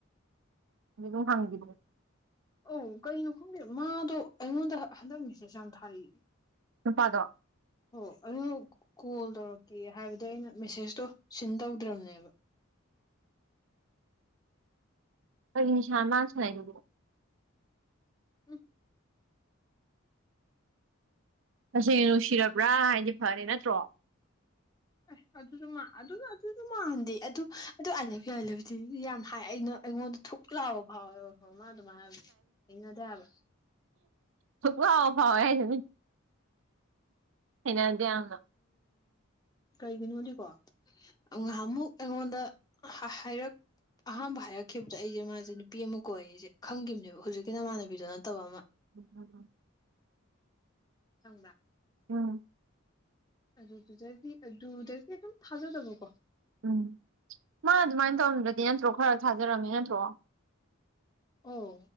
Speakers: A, on the right; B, on the left.
A: ꯀꯔꯤꯅꯣ ꯍꯪꯒꯤꯕꯅꯦ
B: ꯑꯧ ꯀꯩꯅꯣ ꯈꯪꯗꯦ ꯃꯥꯗꯣ ꯑꯩꯉꯣꯟꯗ ꯍꯟꯗꯛ ꯃꯤꯁꯦꯁ ꯌꯥꯝ ꯊꯥꯔꯛꯏ
A: ꯅꯨꯄꯥꯗꯣ
B: ꯍꯣꯏ ꯑꯗꯨ ꯀꯣꯜ ꯇꯧꯔꯛꯀꯦ ꯍꯥꯏꯕꯗꯣ ꯑꯩꯅ ꯃꯦꯁꯦꯖꯇꯣ ꯁꯤꯟ ꯇꯧꯗ꯭ꯔꯕꯅꯦꯕ
A: ꯀꯩꯅꯤꯁꯅꯣ ꯃꯥ ꯁꯅꯩꯗꯨꯕꯨ
B: ꯎꯝ
A: ꯇꯁꯦꯡꯅ ꯅꯨꯡꯁꯤꯔꯕ꯭ꯔꯥ ꯍꯥꯏꯗꯤ ꯐꯔꯦ ꯅꯠꯇ꯭ꯔꯣ
B: ꯑꯦ ꯑꯗꯨꯁꯨ ꯃꯥ ꯑꯗꯨ ꯑꯗꯨꯁꯨ ꯃꯥꯟꯗꯦ ꯑꯗꯨ ꯑꯗꯨ ꯑꯥꯏꯂꯞ ꯌꯨ ꯑꯥꯏꯂꯞ ꯌꯨ ꯌꯥꯝ ꯍꯥꯏ ꯑꯩꯅ ꯑꯩꯉꯣꯟꯗ ꯊꯨꯛ ꯂꯥꯎꯕ ꯐꯥꯎꯋꯦ ꯑꯣꯏ ꯃꯥ ꯑꯗꯨꯃꯥꯏ ꯍꯥꯏꯕꯗꯤ ꯊꯦꯡꯅꯗꯦ ꯍꯥꯏꯕ
A: ꯁꯛ ꯄꯨꯔꯥ ꯐꯥꯎꯋꯦ ꯍꯥꯏꯁꯤꯅꯤ ꯍꯩꯅꯗꯦ ꯌꯥꯝꯅ
B: ꯀꯔꯤꯒꯤꯅꯣꯗꯤꯀꯣ ꯉꯥꯏꯍꯥꯛ ꯑꯃꯨꯛ ꯑꯩꯉꯣꯟꯗ ꯍꯥꯏꯔꯛ ꯑꯍꯥꯟꯕ ꯍꯥꯏꯔꯛꯈꯤꯕꯗ ꯑꯩꯁꯦ ꯃꯥꯁꯦ ꯅꯨꯄꯤ ꯑꯃ ꯀꯣꯏ ꯑꯦꯁꯦ ꯈꯪꯈꯤꯕꯅꯦꯕ ꯍꯧꯖꯤꯛꯀꯤ ꯅꯃꯥꯟꯅꯕꯤꯗꯣ ꯅꯠꯇꯕ ꯑꯃ
A: ꯎꯝ
B: ꯈꯪꯕꯔꯥ
A: ꯎꯝ
B: ꯑꯗꯨꯗꯨꯗꯒꯤ ꯑꯗꯨꯗꯒꯤ ꯑꯗꯨꯝ ꯊꯥꯖꯗꯕꯀꯣ
A: ꯎꯝ ꯃꯥ ꯑꯗꯨꯃꯥꯏꯅ ꯇꯧꯔꯝꯗ꯭ꯔꯗꯤ ꯅꯠꯇ꯭ꯔꯣ ꯈꯔ ꯊꯥꯖꯔꯝꯃꯦ ꯅꯠꯇ꯭ꯔꯣ
B: ꯑꯣ